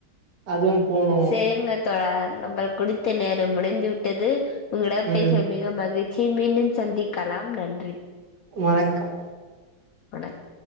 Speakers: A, on the right; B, on the left.
A: அதுவு போணு
B: செரிங்க தோழா நம்ம குறித்த நேரம் முடிந்து விட்டது உங்களிடம்
A: ம்
B: பேசுயது மிகவு மகிழ் ச்சி மீண்டும் சந்திக்கலாம் நன்றி
A: வணக்கம்
B: வணக்